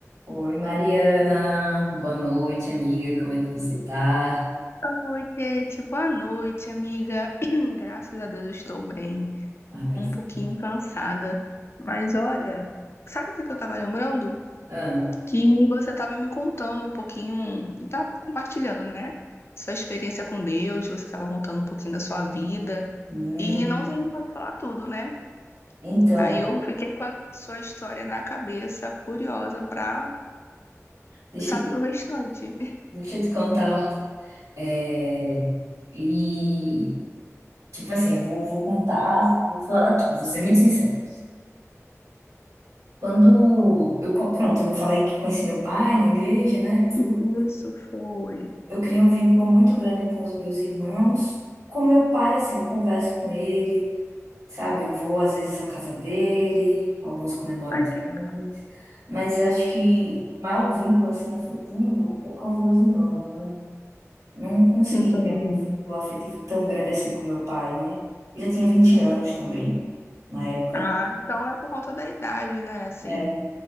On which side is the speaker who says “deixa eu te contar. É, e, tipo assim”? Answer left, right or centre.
Right